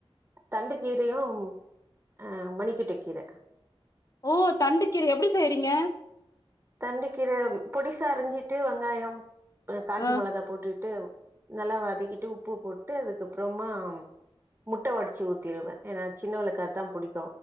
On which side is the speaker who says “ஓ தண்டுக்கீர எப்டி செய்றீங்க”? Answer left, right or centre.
Left